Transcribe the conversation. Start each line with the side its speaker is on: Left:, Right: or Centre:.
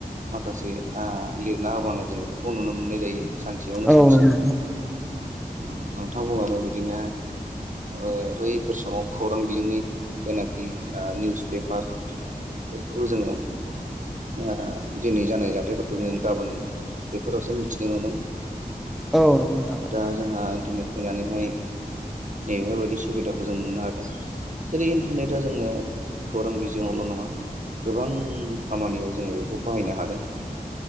Right: माखासे ओ लिरना होबानो जों बेफोरखौ नुनो मोननाय जायो सानसेयावनो
Centre: औ
Right: सानसे।
Centre: नंगौ नोंथां
Right: उम नोंथां बुंलांनाय बिदिनो ओ बैफोर समाव खौरां बिजोंनि जेनाखि ओ निउस पेपार बेफोरखौ जोङो ओ दिनै जानाय जाथायफोरखौ नो गाबोन बेफोरावसो मिथिनो मोनोमोन।
Centre: औ नंगौ नोथां।
Right: दा जोंहा इन्टारनेट फैनानैहाय नै बेफोरबायदि सुबिदाखौ जों मोननो हादों जेरै इन्टारनेटआ जोंनो खौरां बिजोङावल' नङा गोबां खामानियाव जोङो बेखौ बाहायनो हादों।